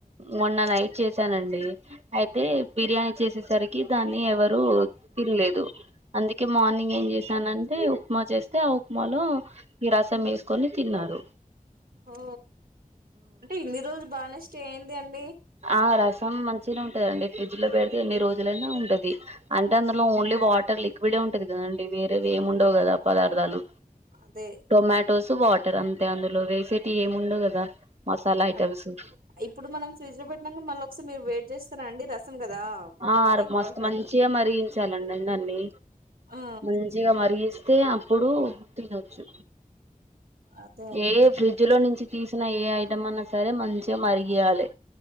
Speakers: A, on the right (about 45°); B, on the right (about 80°).
A: మొన్న నైట్ చేశానండి అయితే బిర్యానీ చేసేసరికి దాన్ని ఎవరు తినలేదు అందుకే మార్నింగ్ ఏం చేసానంటే ఉప్మా చేస్తే ఆ ఉప్మాలో ఈ రసం వేసుకొని తిన్నా రు
B: ఓ అంటే ఇన్ని రోజులు బానే స్టే అయింది అండి
A: ఆ రసం మంచినే ఉంటదండి ఫ్రిడ్జ్ లో పెడితే ఎన్ని రోజులైనా ఉంటది. అంటే అందులో ఓన్లీ వాటర్ లిక్విడే ఉంటది కదండి వేరేవి ఏమి ఉండవు కదా పదార్థాలు.
B: అదే
A: టొమాటోస్ వాటర్ అంతే అందులో వేసెట్ టీ ఏముండవు కదా మసాలా ఐటెమ్స్
B: అం
A: ఉ
B: ఇప్పుడు మనం ఫ్రిడ్జ్ లో పెట్టనాక మలొకసారి మీరు వెట్ చేస్తారాండి రసం కదా
A: ఆ అర్కు
B: ఎక్కువ
A: మస్తు
B: శాతం
A: మంచిగా మరిగించాలండి అందర్నీ
B: ఆ
A: మంచిగా మరిగిస్ తే అప్పుడు తినొచ్చు
B: అదే అని
A: ఏ ఫ్రిడ్జ్ లో నుంచి తీసిన ఏ ఐటమ్ అన్నా సరే మంచిగా మరిగియాలే